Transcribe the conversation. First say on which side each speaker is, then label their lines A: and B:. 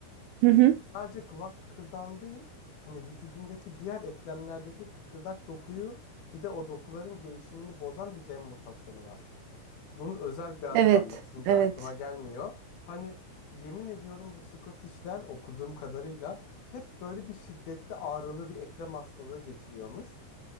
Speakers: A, on the right; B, on the left.
A: Hı hı.
B: Sadece kulak kıkırdağın değil, hani vücudundaki diğer eklemlerdeki kıkırdak dokuyu bir de o dokuların gelişimini bozan bir gen mutasyonu var. Bunun özel bir adı
A: Evet,
B: var Latince
A: evet.
B: aklıma gelmiyor. Hani yemin ediyorum bu Scottish'ler okuduğum kadarıyla hep böyle bir şiddetli ağrılı bir eklem hastalığı geçiriyormuş.